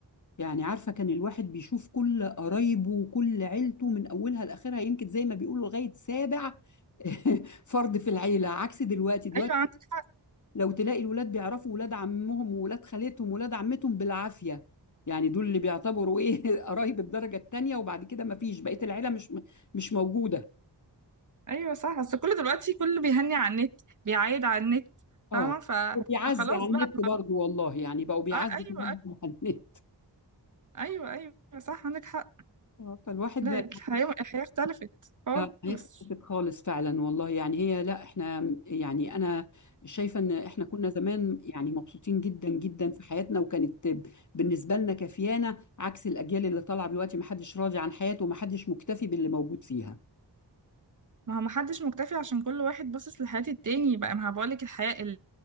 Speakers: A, on the left; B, on the right.
A: يعني عارفة كان الواحد بيشوف كل قرايبه وكل عيلته من أولها لآخرها يمكن زي ما بيقولوا لغاية سابع <laughs> فرد في العيلة عكس دلوقتي دلوقتي
B: ايوه عندك حق
A: لو تلاقي الولاد بيعرفوا ولاد عمهم وولاد خالتهم وولاد عمتهم بالعافية يعني دول اللي بيعتبروا إيه <laughs> قرايب الدرجة التانية وبعد كده ما فيش بقية العيلة مش مش موجودة
B: ايوه صح بس كله دلوقتي كله بيهني على النت بيعايد على النت
A: اه
B: فاهمه ف...
A: بيعزي
B: فخلاص
A: على النت
B: بقى
A: برضو والله يعني بقوا بيعزوا
B: آه، ايوه
A: كمان
B: ايوه
A: على النت
B: ايوه ايوه صح عندك حق
A: آه، فالواحد
B: لا
A: ما
B: الحياة الحياة اختلفت خالص
A: اه هي اختلفت خالص فعلا والله يعني هي لا احنا يعني انا شايفه ان احنا كنا زمان يعني مبسوطين جدا جدا في حياتنا وكانت ب- بالنسبه لنا كفيانه عكس الاجيال اللي طالعه دلوقتي ما حدش راضي عن حياته وما حدش مكتفي باللي موجود فيها
B: ما هو محدش مكتفي عشان كل واحد باصص لحياة التاني بقى ما بقولك الحياة ال-